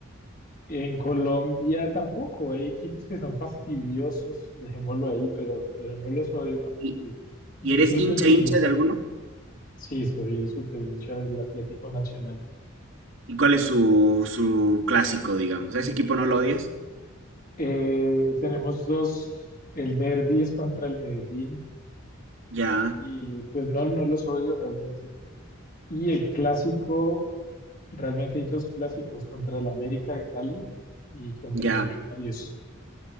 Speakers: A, on the left; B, on the right.
A: En Colombia tampoco, hay equipos que son fastidiosos, dejémoslo ahí, pero, pero no los odio tampoco.
B: ¿Y,
A: y disfruto
B: y eres hincha,
A: el fútbol.
B: hincha de alguno?
A: Sí, soy súper hincha del Atlético Nacional.
B: ¿Y cuál es su, su clásico, digamos? ¿A ese equipo no lo odias?
A: Eh, tenemos dos, el derbi es contra el Medellín
B: Ya,
A: y pues no, no los odio realmente. Y el clásico, realmente hay dos clásicos, contra el América de Cali y contra
B: ya.
A: Millonarios.